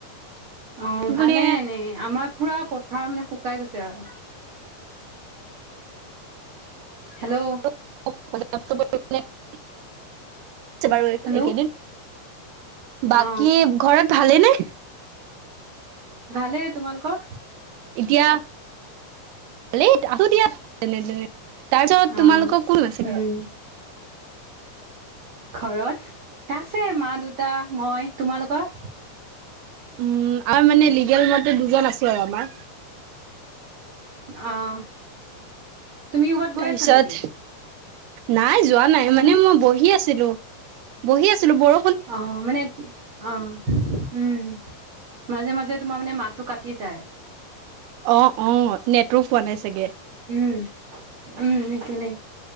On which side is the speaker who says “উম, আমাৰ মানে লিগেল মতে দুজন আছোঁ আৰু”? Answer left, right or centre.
Right